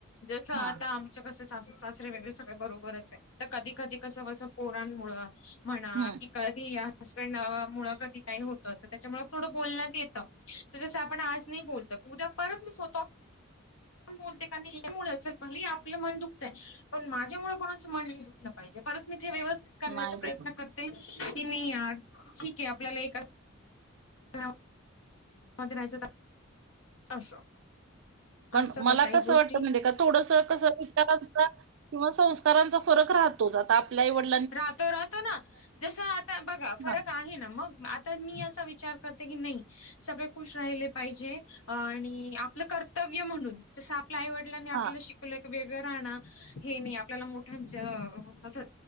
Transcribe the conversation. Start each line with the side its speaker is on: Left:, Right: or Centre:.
Left: जसं आता
Right: हा
Left: त कस सासू सासरे वेगळे सगळे बरोबरच ये, त कधी कधी कसं बसं पोरांमुळं म्हणा
Right: हम्म
Left: की, कधी या हसबेंड अ मुळ कधी काय होतं. त त्याच्यामुळ थोडं बोलण्यात येत त जसं आपण आज नाही बोलत. उद्या परत मी स्वतःहुन पण बोलते का मुळ भलेही आपलं मन दुखतंय पण माझ्या मुळ कोणाच मन नाय दुख दुखलं पाहीजे. परत मी ते व्यवस्थित करण्याचा
Right: नाही
Left: प्रयत्न
Right: दुखत.
Left: करते की, नई यार ठीक ये आपल्याला एका <unintelligible> मध्ये राहायचं <inaudible> असं
Right: पण
Left: असतातच
Right: मला
Left: काही
Right: कसं
Left: गोष्टी
Right: वाटतं माहितीये का थोडंसं त कसं इतरांच किंवा संस्काराचा फरक राहतोच. आता आपले आई वडील
Left: राहतो राहतो ना, जस आता बघा फरक
Right: हां,
Left: आहे ना मग, आत तर मी असा विचार करते की नय सगळे खुश राहिले पाहिजे. आणि आपलं कर्तव्य म्हणून जस आपल्या आईवड लांनी आपल्याला
Right: हां.
Left: शिकलं कं वेगंळ राहण हे नाही आपल्याला मोठ्यांच असं